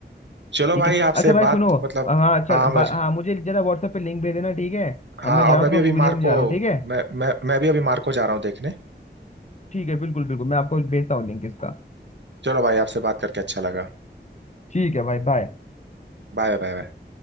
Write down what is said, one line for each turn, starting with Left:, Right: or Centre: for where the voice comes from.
Right: चलो
Left: ठीक
Right: भाई
Left: है
Right: आपसे
Left: अच्छा भाई
Right: बात
Left: सुनो
Right: मतलब
Left: हाँ चल
Right: हाँ मैं
Left: बा- हाँ मुझे जरा व्हाट्सएप पे लिंक भेज देना ठीक है
Right: हाँ
Left: अब मैं जा
Right: और
Left: रहा
Right: मैं
Left: हूँ
Right: भी
Left: थोड़ा
Right: अभी
Left: मूवी
Right: मार्को
Left: देखने जा रहा हूँ ठीक है
Right: मैं मैं मैं भी अभी मार्को जा रहा हूँ देखने
Left: ठीक है बिल्कुल बिल्कुल मैं आपको भेजता हूँ लिंक इसका
Right: चलो भाई आपसे बात करके अच्छा लगा
Left: ठीक है भाई बाय
Right: Bye bye bye